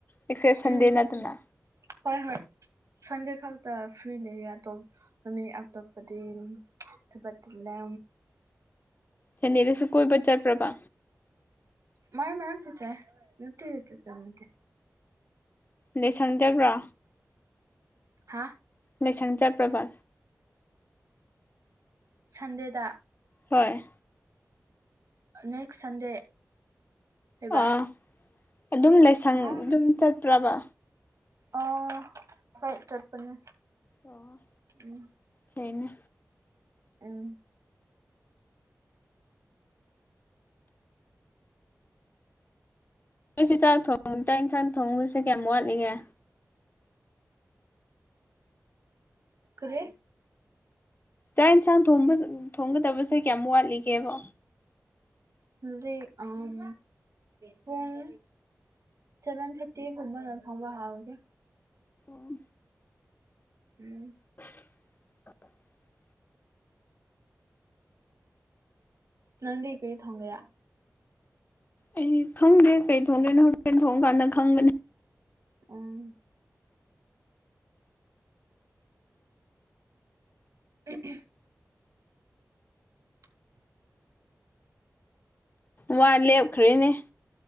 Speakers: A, on the left (about 35°); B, on the right (about 65°).
A: ꯑꯦꯛꯁꯦꯞ ꯁꯟꯗꯦ
B: ꯎꯝ
A: ꯅꯠꯇꯅ
B: ꯍꯣꯏ ꯍꯣꯏ ꯁꯟꯗꯦ ꯈꯗ ꯐꯤꯔꯤ ꯂꯩꯌꯦ ꯅꯨꯃꯤꯠ ꯑꯇꯣꯞꯄꯗꯤ ꯊꯕꯠ ꯆꯤꯜꯂꯦ
A: ꯁꯟꯗꯦꯗꯁꯨ ꯀꯣꯏꯕ ꯆꯠꯄ꯭ꯔꯥꯕ
B: ꯃꯥꯔꯛ ꯃꯔꯛ ꯇꯥ ꯆꯥꯔꯦ ꯅꯨꯡꯇꯤꯒꯤ ꯆꯠꯇꯧ ꯅꯠꯇꯦ
A: ꯂꯩꯁꯟꯗꯕ꯭ꯔꯣ
B: ꯍꯥ
A: ꯂꯩꯁꯪ ꯆꯠꯄ꯭ꯔꯥꯕ
B: ꯁꯟꯗꯦꯗ
A: ꯍꯣꯏ
B: ꯅꯦꯛꯁ ꯁꯟꯗꯦ ꯍꯥꯕ꯭ꯔꯥ
A: ꯑꯥ ꯑꯗꯨꯝ ꯂꯥꯏꯁꯪ
B: ꯎꯝ
A: ꯑꯗꯨꯝ ꯆꯠꯄ꯭ꯔꯕ
B: ꯑꯣ ꯍꯣꯏ ꯆꯠꯄꯅꯤ
A: ꯑꯣ
B: ꯎꯝ
A: ꯐꯩꯅꯦ
B: ꯎꯝ
A: ꯅꯈꯣꯏꯁꯦ ꯆꯥꯛ ꯊꯣꯡ ꯆꯥꯛ ꯌꯦꯟꯁꯥꯡ ꯊꯣꯡꯕꯁꯦ ꯀꯌꯥꯝ ꯋꯥꯠꯂꯤꯒꯦ
B: ꯀꯔꯤ
A: ꯆꯥꯛ ꯌꯦꯟꯁꯥꯡ ꯊꯣꯡ ꯊꯣꯡꯒꯗꯕꯁꯦ ꯀꯌꯥꯃꯨ ꯋꯥꯠꯂꯤꯒꯦꯕ
B: ꯍꯨꯖꯤꯛ ꯑꯥꯝ ꯄꯨꯡ ꯁꯚꯦꯟ ꯊꯥꯔꯇꯤꯒꯨꯝꯕꯅ ꯊꯪꯕ ꯍꯥꯎꯒꯦ
A: ꯑꯣ
B: ꯎꯝ
A: <inaudible>
B: ꯅꯪꯗꯤ ꯀꯔꯤ ꯊꯣꯡꯒꯦꯔꯥ
A: ꯑꯩ ꯈꯪꯗꯦ ꯀꯩ ꯊꯣꯡꯗꯣꯏꯅꯣ ꯍꯣꯔꯦꯟ ꯊꯣꯡ ꯀꯥꯟꯗ ꯈꯪꯒꯅꯤ
B: ꯎꯝ <unintelligible> <inaudible>
A: ꯋꯥ ꯂꯦꯞꯈ꯭ꯔꯦꯅꯦ